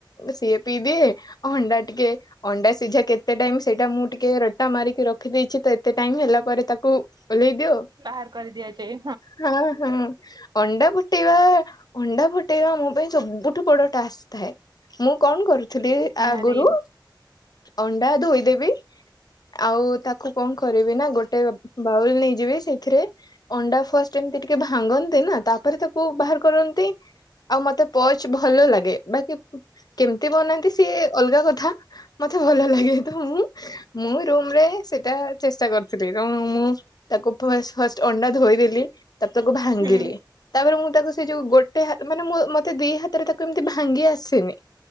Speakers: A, on the left; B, on the right.
A: ସିଏ ପିଇ ଦିଏ ଅଣ୍ଡା ଟିକେ ଅଣ୍ଡା ସିଝା କେତେ ଟାଇମ୍ ସେଟା ମୁଁ ଟିକେ ରେଟା ମାରିକି ରଖିଦେଇଚି ତ ଏତେ ଟାଇମ୍ ହେଲା ପରେ ତାକୁ ଓହ୍ଲେଇ ଦିଅ।
B: ବାହାର କରିଦିଆଯାଏ
A: ହଁ ହଁ। ଅଣ୍ଡା ଫୁଟେଇବା ଅଣ୍ଡା ଫୁଟେଇବା ମୋ ପାଇଁ ସବୁଠୁ ବଡ ଟାସ୍କ ଥାଏ। ମୁଁ କଣ କରୁଥିଲି ଆଗୁରୁ
B: ଆରେ
A: ଅଣ୍ଡା ଧୋଇଦେବି ଆଉ ତାକୁ କଁ କରିବି ନା ଗୋଟେ ବାଉଲ୍ ନେଇଯିବି ସେଇଥିରେ ଅଣ୍ଡା ଫଷ୍ଟ୍ ଏମିତି ଟିକେ ଭାଙ୍ଗନ୍ତି ନା ତାପରେ ତାକୁ ବାହାର କରନ୍ତି ଆଉ ମତେ ପଚ୍ ଭଲ ଲାଗେ ବାକି କେମ୍ତି ବନାନ୍ତି ସିଏ ଅଲଗା କଥା ମତେ ଭଲ ଲାଗେ ତ ମୁଁ ମୁଁ ରୁମ୍ ରେ ସେଟା ଚେଷ୍ଟା କରିଥିଲି କାଣ ମୁଁ ତାକୁ ଫାଷ୍ଟ୍ ଫଷ୍ଟ ଅଣ୍ଡା ଧୋଇଦେଲି ତା ପେ ତାକୁ ଭାଙ୍ଗିଲି
B: ହୁଁ
A: ତାପରେ ମୁଁ ତାକୁ ସେ ଯୋଉ ଗୋଟେ ହା ମାନେ ମୁଁ ମତେ ଦି ହାତରେ ତାକୁ ଏମିତି ଭାଙ୍ଗି ଆସେନି।